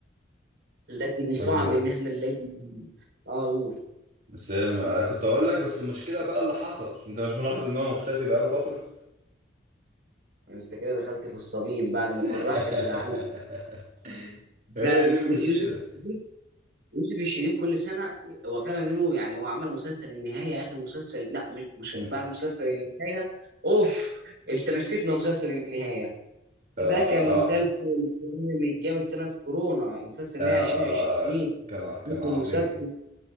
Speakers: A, on the right (about 65°); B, on the right (about 50°).
A: لكن صعب
B: بس
A: ان احنا نلاقي اه قول
B: بس أنا كنت اقول لك بس المشكله بقى اللي حصل انت مش ملاحظ ان هو مختفي بقاله فتره
A: انت كده دخلت في الصميم بعد ما
B: <laughs>
A: فرحت تزعلت
B: هي
A: فعلا
B: دي المشكله
A: يوسف الشريف يوسف الشريف كل سنه هو فعلا له يعني هو عمل مسلسل النهايه اخر مسلسل لا مش مش
B: أمم.
A: بعد مسلسل النهايه اوف انت نسيتنا مسلسل النهايه ده
B: آه
A: كان مسلسل جامد جامد سنه كورونا مسلسل النهايه
B: آه
A: 2020
B: آه كان كان
A: ممكن
B: عظيم
A: مسلسل